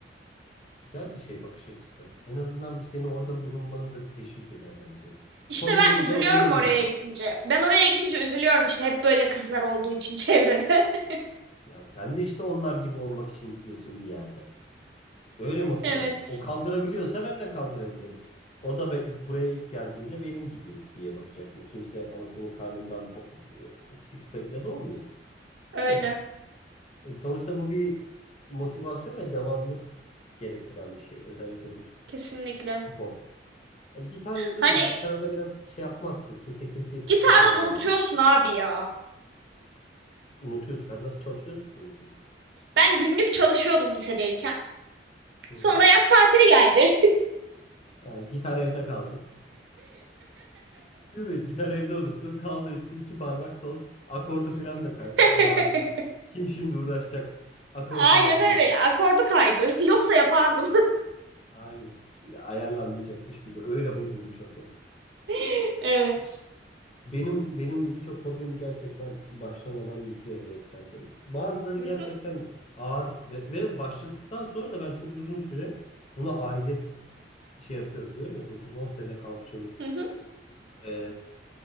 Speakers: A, on the left; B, on the right.
A: Güzel bir şey bakış açısı. En azından bu seni orada bulunmanı da teşvik eder bence.
B: İşte
A: Hobine
B: ben
A: bir
B: üzülüyorum
A: de o yönde
B: oraya
A: bak.
B: gidince. Ben oraya gidince üzülüyorum işte hep böyle kızlar olduğu için çevrede. <laughs>
A: Ya sen de işte onlar gibi olmak için gidiyorsun bir yerde. Öyle motive
B: Evet,
A: et. O kaldırabiliyorsa ben de kaldırabilirim. O da be- buraya ilk geldiğinde benim gibiydi diye bakacaksın. Kimse anasının karnından bo- e, six pack'le doğmuyor.
B: öyle.
A: Öyle düşün. E, sonuçta bu bir motivasyon ve devamlılık gerektiren bir şey. Özellikle vücut,
B: Kesinlikle.
A: spor. Ay, gitar öyle
B: Hani
A: değil. Gitarda biraz şey yapmazsın. Kimse kimseyi kıskanmaz.
B: gitarda da
A: Ulan
B: unutuyorsun
A: ne?
B: abi ya.
A: Unutuyorsun. Sen nasıl çalışıyorsun ki unutuyorsun?
B: Ben günlük çalışıyordum lisedeyken.
A: Hı
B: Sonra
A: hı.
B: yaz tatili geldi.
A: Ha, gitar evde kaldı. Değil mi? Gitar evde unuttum. Kaldı üstü iki parmak toz. Akordu falan da kaydı. Aman.
B: <laughs>
A: Kim şimdi uğraşacak akordunu
B: Aynen
A: yapmaya?
B: öyle. Akordu kaydı. <laughs> Yoksa yapardım.
A: Aynen. Hiç ayarlanmayacakmış gibi. Öyle bozulmuş akord.
B: <laughs> Evet.
A: Aynen. Benim benim birçok hobim gerçekten başlamadan bitiyor heveslendiğim. Bazıları
B: Hı
A: gerçekten
B: hı,
A: ağır ve, ve başladıktan sonra da ben çok uzun süre buna aidet şey yapıyorum diyorum ya 9-10 sene kampçılık
B: hı hı.
A: e,